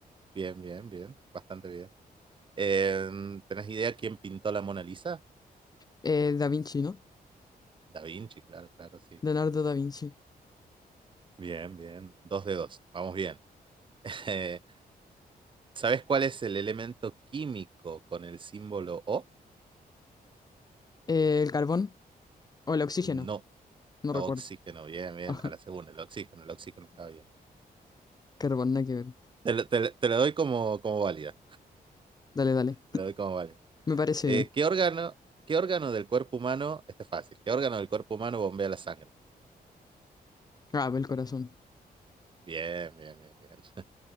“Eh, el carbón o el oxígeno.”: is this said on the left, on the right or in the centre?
Left